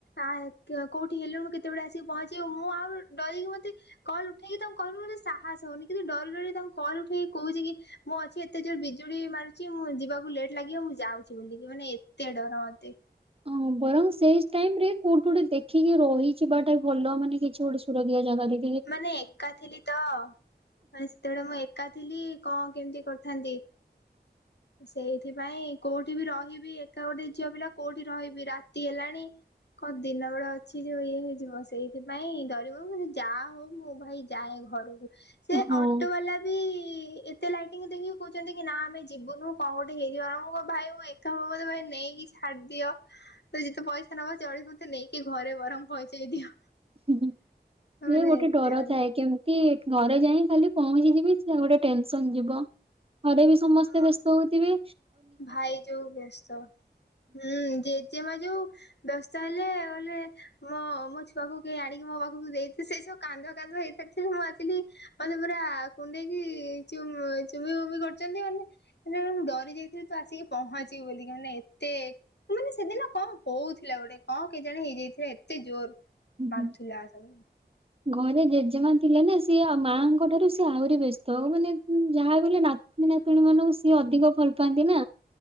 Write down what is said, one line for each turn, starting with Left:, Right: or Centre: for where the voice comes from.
Left: ଆ କୋଉଠି ହେଲୁଣୁ କେତେବେଳେ ଆସିକି ପହଞ୍ଚିବୁ ମୁଁ ଆଉ ଡରିକି ମତେ କଲ୍ ଉଠେଇକି ତାଙ୍କୁ କହିବାକୁ ମତେ ସାହସ ହୋ ଉନି କିନ୍ତୁ ଡରି ଡରି ତାଙ୍କ କଲ୍ ଉଠେଇକି କୋହୁଚି କି ମୁଁ ଅଛି ଏତେ ଜୋରେ ବିଜୁଳି ମାରୁଚି ମୁଁ ଯିବାକୁ ଲେଟ ଲାଗିବ ମୁଁ ଯାଉଚି ବୋଲିକି ମାନେ ଏତେ ଡର ମତେ।
Right: ହଁ ପରା ସେଇସ୍ ଟାଇମରେ କୋଉଠି ଗୋଟେ ଦେଖ ଦେଖିକି ରହିଯିବାଟା ଭଲ ମାନେ କିଛି ଗୋଟେ ସୁରକ୍ଷୀଆ ଜାଗା ଦେଖୀ।
Left: ମାନେ ଏକା ଥିଲି ତ ମାନେ ସେତେବେଳେ ମୁଁ ଏକା ଥିଲି କଣ କେମିତି କରିଥାନ୍ତି। ସେଇଥିପାଇଁ କୋଉଠି ବି ରହିବି ଏକା ଗୋଟେ ଝିଅ ପିଲା କୋଉଠି ରହିବି ରାତି ହେଲାଣି। କଣ ଦିନ ବେଳ ଅଛି ଯୋଉ ଇଏ ହେଇଯିବ ସେଇଥିପାଇଁ ଡରିବୁ ଯାହା ହୋଉ ମୁଁ ଭାଇ ଯାଏ ଘରକୁ ସେ
Right: ହଁ ହଁ
Left: ଅଟୋ ବାଲା ବି ଏତେ ଲାଇଟିଙ୍ଗ ଦେଖିକି କୋହୁଚନ୍ତି କି ନା ଆମେ ଯିବୁନୁ କଣ ଗୋଟିଏ ହେଇଯିବ ନା ମୁଁ ଏକା ଭାଇ ଏକା ମତେ ଭାଇ ନେଇକି ଛାଡିଦିଅ। ତ ଯେତେ ପଇସା ନବ ଚଳିବ ମତେ ନେଇକି ଘରେ ବରମ୍ ପହଞ୍ଚେଇ ଦିଅ।
Right: ହୁଁ
Left: ମାନେ
Right: ଇଏ ଗୋଟେ
Left: ଏତେ
Right: ଡର
Left: ଅଣ୍ଟା
Right: ଥାଏ କେମତି ସେଟିଘରେ ଯାଇଁ ଖାଲି ପହଞ୍ଚି ଯିବି ସେ ଗୋଟେ ଟେନସନ ଯିବ। ଘରେ ବି ସମସ୍ତେ
Left: ହଁ
Right: ବ୍ୟସ୍ତ ହୋଉଥିବେ।
Left: ଭାଇ ଯୋଉ ବସ୍ତ ହୁଁ ଜେଜେମା ଯୋଉ ବ୍ୟସ୍ତ ହେଲେ ଗଲେ। ମୋ ମୋ ଛୁଆ କୁ କେହି ଆଣିକି ମୋ ପାଖକୁ ଦେଇଦିଅ ସେ ଯୋଉ କାନ୍ଦ କାନ୍ଦ ହେଇସାରିି ଥିଲେ ମୁଁ ଆସିଲି। ମାନେ ପୁରା କୁଣ୍ଡେଇକି ଚ ଚୁମି ବୁମି କରୁଚନ୍ତି ମାନେ <unintelligible> ମୁଁ ଡରି ଯାଇଥିଲି ତୁ ଆସିକି ପହଞ୍ଚିବି ବୋଲିକି ମାନେ ଏତେ ମାନେ ସେଦିନ କଣ ହୋଉଥିଲା ଗୋଟେ କଣ କେ ଜାଣି ହେଇଯାଇଥିଲା ଏତେ ଜୋର
Right: ହୁଁ
Left: ମାରୁଥିଲା ସବୁ।
Right: ଘରେ ଜେଜେମା ଥିଲେ ନା ସିଏ ଆଉ ମାଙ୍କ ଠାରୁ ସିଏ ଆହୁରି ବ୍ୟସ୍ତ ହ ମାନେ ହୁଁ ଯାହାବି ହେଲେ ନାତୀ ନାତୁଣୀ ମାନଙ୍କୁ ସିଏ ଅଧିକ ଭଲ ପାଆନ୍ତି ନା।